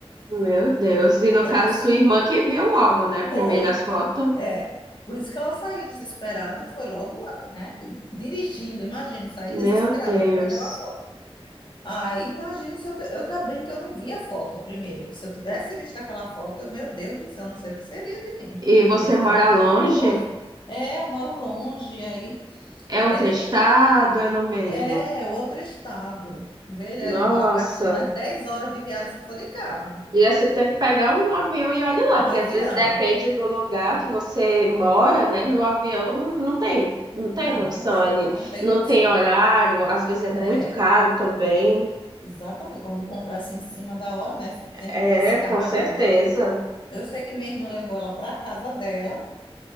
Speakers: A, on the right; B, on the left.
A: Meu Deus. E no caso,
B: É que eu...
A: a sua irmã que viu logo, né? Primeiro
B: Foi.
A: as fotos.
B: É, por isso que ela saiu desesperada e foi logo, né, dirigindo, imagina, sair
A: Meu
B: desesperada
A: Deus.
B: vendo aquela foto. Aí, imagina se eu, te- eu ainda bem que eu não vi a foto primeiro, porque se eu tivesse visto aquela foto, eu, meu Deus do céu, não sei o que seria de mim.
A: E você
B: Eu ia ficar
A: mora
B: mais nervosa.
A: longe?
B: É, eu moro longe, aí
A: É outro
B: é,
A: estado? É no mesmo?
B: é outro estado. Veja,
A: Nossa.
B: eu gasto mais 10 horas de viagem se for de carro,
A: Ia você ter que pegar um avião e olhe lá,
B: um
A: porque
B: avião.
A: às vezes depende do lugar que você mora, né? No avião não tem, não tem
B: Não,
A: condição
B: não tem,
A: ali,
B: não tem
A: não
B: condições.
A: tem horário, às vezes é muito
B: É.
A: caro também.
B: Exatamente, quando compra assim em cima da hora, né? Sempre
A: É,
B: mais caro,
A: com certeza.
B: né? Eu sei que minha irmã levou ela para casa dela